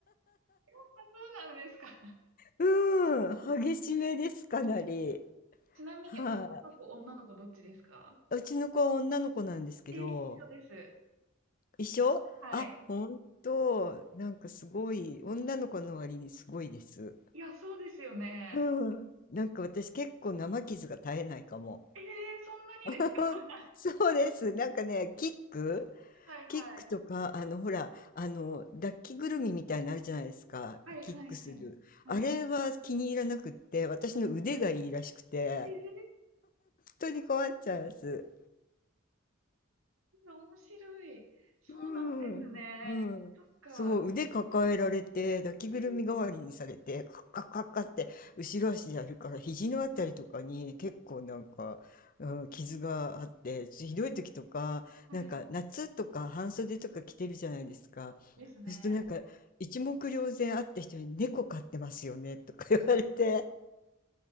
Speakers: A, on the right; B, on the left.
A: あそうなんですか。<laughs>
B: うーん。激しめです、かなり。
A: ちなみに男の子、
B: は
A: 女の子どっちですか
B: い、うちの子は女の子なんですけど、
A: え、一緒です。
B: 一緒あ、
A: はい。
B: ほんと、なんかすごい、女の子の割にすごいです。
A: いや、そうですよね。
B: うん。なんか私結構生傷が絶えないかも。
A: えー、そんなにですか
B: <laughs>
A: <laughs>
B: そうです。なんかね、キック、
A: はいはい。
B: キックとか、あの、ほら、あの、抱きぐるみみたいになるじゃないですか。
A: はいはいはい。
B: キックする。
A: はい。
B: あれは気に入らなくって、私の腕がいいらしくて、
A: はい。え
B: 人に困っちゃいます。
A: ー、面白い。そうなんですね。
B: うん。うん。
A: そっか。
B: そう、腕抱えられて、抱きぐるみ代わりにされて、
A: えー、
B: カッカッカッカッって後ろ足でやるから、肘のあたりとかに結構なんか、うん、傷があって、ひどい時とか、
A: はい。
B: なんか夏とか半袖とか着てるじゃないですか。
A: ですね。
B: そうするとなんか、一目瞭然会った人に猫飼ってますよねとか言われて。